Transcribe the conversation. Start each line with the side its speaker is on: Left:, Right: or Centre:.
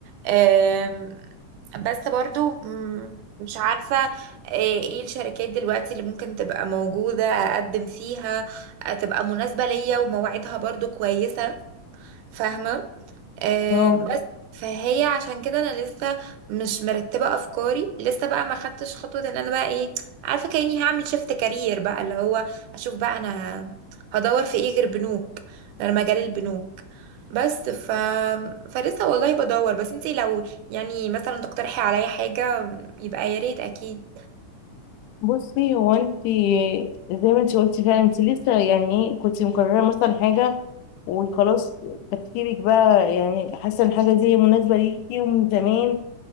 Right: أم، بس برضو مم، مش عارفه آه، ايه الشركات دلوقتي اللي ممكن تبقى موجوده اقدم فيها آه، تبقى مناسبه ليا ومواعيدها برضو كويسه فاهمه آه،
Left: اه
Right: بس فهي عشان كده انا لسه مش مرتبه افكاري لسه بقى ما خدتش خطوه ان انا بقى ايه عارفه كاني هعمل شيفت كارير بقى اللي هو اشوف بقى انا هدور في ايه غير بنوك غير مجال البنوك بس ف فلسه والله بدور بس انتي لو يعني مثلا تقترحي عليا حاجه يبقى يا ريت اكيد
Left: بصي هو انت زي ما انت قلتي فعلا انت لسه يعني ايه كنت مقرره مثلا حاجه وخلاص تفكيرك بقى يعني حاسه ان الحاجه دي مناسبه ليكي ومن زمان